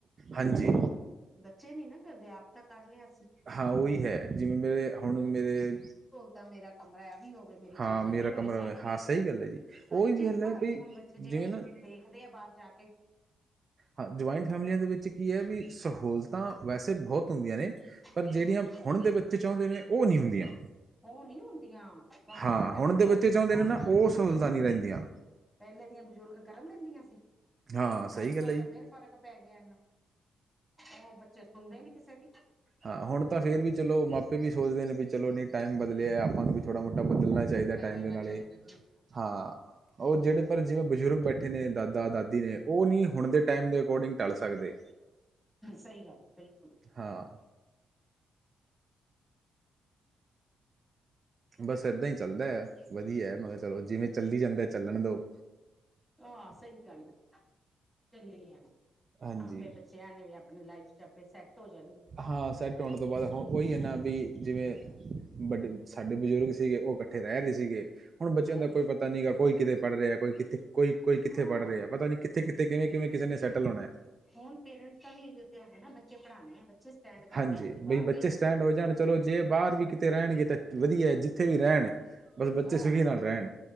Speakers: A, on the right; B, in the centre.
A: ਹਾਂਜੀ
B: ਬੱਚੇ ਨੀ ਨਾ ਕਰਦੇ ਆਪ ਤਾਂ ਕਰ ਲਿਆ ਅਸੀ।
A: ਹਾਂ ਉਹੀ ਹੈ ਜਿਵੇਂ ਮੇਰੇ ਹੁਣ ਮੇਰੇ
B: ਤਾਂ ਮੇਰਾ ਕਮਰਾ ਐ ਵੀ ਹੋਵੇ ਮੇਰੀ
A: ਹਾਂ
B: ਚੀਜ਼
A: ਮੇਰਾ
B: ਐ ਵੀ ਹੋਵੇ
A: ਕਮਰਾ
B: ਸਾਰੀ।
A: ਹਾਂ ਸਹੀ ਗੱਲ ਹੈ ਜੀ
B: ਸਾਰੀ
A: ਉਹੀ
B: ਚੀਜ਼
A: ਗੱਲ
B: ਭਾਲਦੇ
A: ਹੈ ਵੀ
B: ਹੁਣ ਬੱਚੇ ਜਿਵੇਂ
A: ਨਾ
B: ਦੇਖਦੇ ਆ ਬਾਰ ਜਾ ਕੇ
A: ਹਾਂ ਜੁਆਇੰਟ ਫੈਮਲੀਆਂ ਦੇ ਵਿੱਚ ਕੀ ਹੈ ਵੀ ਸਹੂਲ ਤਾਂ ਵੈਸੇ ਬਹੁਤ ਹੁੰਦੀਆਂ ਨੇ ਪਰ
B: ਹੂੰ
A: ਜਿਹੜੀਆਂ ਹੁਣ ਦੇ ਵਿੱਚ ਚਾਹੁੰਦੇ ਨੇ ਉਹ ਨਹੀਂ ਹੁੰਦੀਆਂ।
B: ਉਹ ਨਹੀਂ ਹੁੰਦੀਆਂ ਤੁਹਾਨੂੰ
A: ਹਾਂ
B: ਪਤਾ ਪਹਿਲੇ
A: ਹੁਣ ਦੇ
B: ਦੀਆਂ
A: ਬੱਚੇ
B: ਬਜ਼ੁਰਗਾਂ
A: ਚਾਹੁੰਦੇ ਨੇ ਨਾ
B: ਹੁਨ ਕਰਨ
A: ਉਹ
B: ਦਿੰਦੀਆਂ।
A: ਸਹੂਲਤਾਂ ਨਹੀਂ ਰਹਿੰਦੀਆਂ
B: ਪਹਿਲੇ ਦੀਆਂ ਬਜ਼ੁਰਗ ਕਰਨ ਦਿੰਦੀਆਂ ਸੀ
A: ਹਾਂ ਸਹੀ
B: ਅੱਜ ਕੱਲ੍ਹ
A: ਗੱਲ ਹੈ ਜੀ
B: ਤਾਂ ਫੇਰ ਫ਼ਰਕ ਪੈ ਗਿਆ ਨਾ ਉਹ ਬੱਚੇ ਸੁਨਦੇ ਨੀ ਕਿਸੇ ਦੀ।
A: ਹਾਂ ਹੁਣ ਤਾਂ ਫੇਰ ਵੀ ਚਲੋ ਮਾਪੇ ਵੀ ਸੋਚਦੇ ਨੇ ਵੀ ਚਲੋ ਨਹੀਂ ਟਾਈਮ ਬਦਲਿਆ ਆਪਾਂ ਨੂੰ ਵੀ ਥੋੜਾ ਮੋਟਾ ਬਦਲਨਾ ਚਾਹੀਦਾ
B: ਬਦਲਣਾ
A: ਟਾਈਮ ਦੇ ਨਾਲ
B: ਚਾਹੀਦਾ
A: ਇਹ ਹਾਂ ਉਹ ਜਿਹੜੇ ਪਰ ਜਿਵੇਂ ਬਜ਼ੁਰਗ ਬੈਠ। ਬੈਠੇ ਨੇ ਦਾਦਾ ਦਾਦੀ ਨੇ ਉਹ ਨੀ ਹੁਣ ਦੇ ਟਾਈਮ ਦੇ ਅਕੋਰਡਿੰਗ ਢਲ ਸਕਦੇ।
B: ਸਹੀ ਗੱਲ ਬਿਲਕੁਲ
A: ਹਾਂ ਬਸ ਏਦਾਂ ਹੀ ਚੱਲਦਾ ਵਧੀਆ ਹੈ ਮੈਂ ਕਿਹਾ ਚਲੋ ਜਿਵੇਂ ਚੱਲੀ ਜਾਂਦਾ ਚੱਲਣ ਦੋ।
B: ਆ ਸਹੀ ਗੱਲ ਆ ਚੱਲੀ ਆਣਾ
A: ਹਾਂਜੀ
B: ਹਾਂ ਫੇਰ ਬੱਚਿਆਂ ਨੇ ਵੀ ਅਪਨੀ ਲਾਈਫ ਚ ਆਪੇ ਸੈਟ ਹੋ ਜਾਨਗੇ
A: ਹਾਂ ਸੈੱਟ ਹੋਣ ਤੋਂ ਬਾਅਦ ਹ ਉਹੀ ਏ ਨਾ ਵੀ ਜਿਵੇਂ ਵੱਡੇ ਸਾਡੇ ਬਜ਼ੁਰਗ ਸੀਗੇ ਉਹ ਕੱਠੇ ਰਹਿ ਨੀ ਸੀਗੇ। ਹੁਣ ਬੱਚੇਆਂ
B: ਰਹਿ
A: ਦਾ
B: ਰਹੇ
A: ਕੋਈ ਪਤਾ ਨੀ ਗਾ ਕੋਈ ਕਿਤੇ ਪੜ੍ਹ ਰਿਹਾ ਕੋਈ ਕਿੱਥੇ ਕੋਈ ਕੋਈ ਕਿੱਥੇ
B: ਹਾਂ
A: ਪੜ੍ਹ ਰਿਹਾ ਪਤਾ ਨੀ ਕਿੱਥੇ ਕਿੱਥੋਂ ਕਿਵੇਂ ਕਿਵੇ ਕਿਸੇ ਨੇ ਸੈਟਲ ਹੋਣਾ।
B: ਹੁਨ ਪੇਰੈਂਟਸ ਦਾ ਵੀ ਇਹੋ ਧਿਆਨ ਹੈ ਨਾ ਬੱਚੇ ਪੜ੍ਹਾਣੇ ਆ ਬੱਚੇ ਸਟੈਂਡ ਕਰਨੇ
A: ਹਾਂਜੀ
B: ਅਸੀਂ ਬਾਹਰ
A: ਬਈ ਬੱਚੇ
B: ਭੇਜਨਾ।
A: ਸਟੈਂਡ ਹੋ ਜਾਣ ਚਲੋ ਜੇ ਬਾਹਰ ਵੀ ਕਿਤੇ ਰਹਿਣਗੇ ਤੇ ਵਧੀਆ ਹੈ ਜਿੱਥੇ ਵੀ ਰਹਿਣ ਬਸ ਬੱਚੇ
B: ਹਾਂ
A: ਸੁਖੀ ਨਾਲ ਰਹਣ